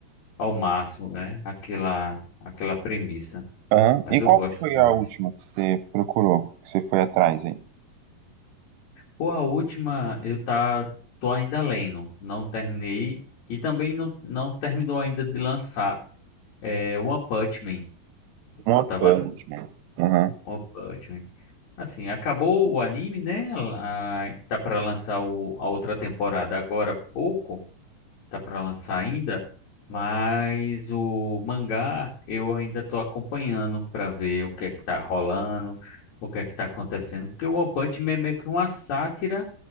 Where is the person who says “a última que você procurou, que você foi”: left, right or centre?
Right